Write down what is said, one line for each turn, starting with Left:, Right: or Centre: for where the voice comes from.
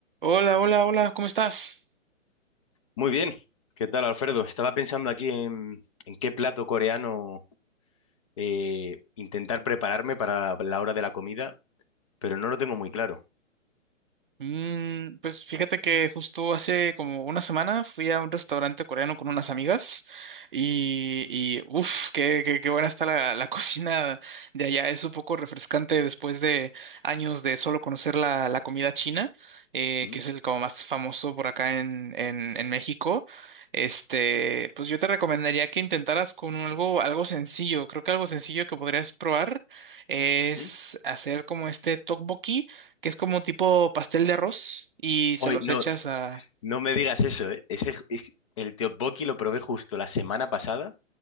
Right: Hola, hola, hola, ¿cómo estás?
Left: Muy bien, ¿qué tal, Alfredo? Estaba pensando aquí en, en qué plato coreano eh, intentar prepararme para la hora de la comida, pero no lo tengo muy claro.
Right: Mm, pues fíjate que justo hace como una semana fui a un restaurante coreano con unas amigas y, y uff, qué, qué, qué buena está la, la <laughs> cocina de allá. Es un poco refrescante después de años de solo conocer la, la comida china, eh,
Left: ¿Mm?
Right: que es el como más famoso por acá en, en, en México. Este, pues yo te recomendaría que intentaras con algo, algo sencillo. Creo que algo sencillo que podrías probar es
Left: ¿Mm?
Right: hacer como este tteokbokki que es como tipo pastel de arroz y
Left: Oye,
Right: se los
Left: no,
Right: echas a...
Left: no me digas eso, ¿eh? Ese, es- el tteokbokki lo probé justo la semana pasada,